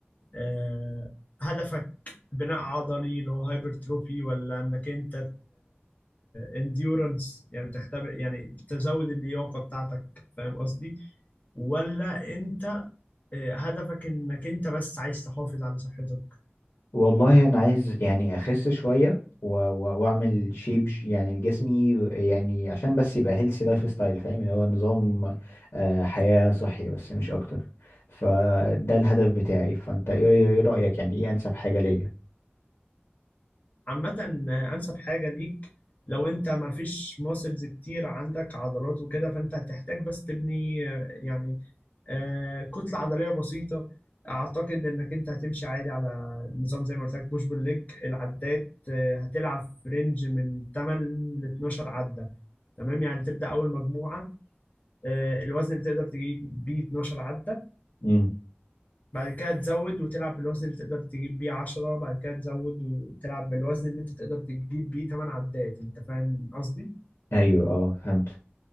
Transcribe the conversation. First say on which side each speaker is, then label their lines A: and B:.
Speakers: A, on the left; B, on the left.
A: آه، هدفك بناء عضلي اللي هو هايبرتروفي ولا انك انت انديورنس يعني تختبر يعني تزود اللياقة بتاعتك فاهم قصدي ولا انت آه، هدفك انك انت بس عايز تحافظ على صحتك
B: والله انا عايز يعني اخس شويه و- و- واعمل شيب ش- يعني لجسمي يعني عشان بس يبقى هيلثي لايف ستايل فاهم اللي هو نظام آه، حياه صحي بس مش اكتر فده الهدف بتاعي فانت ايه إيه رايك يعني ايه انسب حاجه ليا
A: عامة أنسب حاجة ليك لو أنت ما فيش ماسلز كتير عندك عضلات وكده فأنت هتحتاج بس تبني آه، يعني آه، كتلة عضلية بسيطة أعتقد إنك أنت هتمشي عادي على نظام زي ما قلت لك بوش بول ليج العدات آه، هتلعب في رينج من 8 ل 12 عدة تمام يعني تبدأ أول مجموعة آه، الوزن اللي تقدر تجيب بيه 12 عدة
B: امم
A: بعد كده تزود وتلعب بالوزن اللي تقدر تجيب بيه 10 بعد كده تزود وتلعب بالوزن اللي انت تقدر تجيب بيه 8 عدات انت فاهم قصدي؟
B: ايوه اه فهمت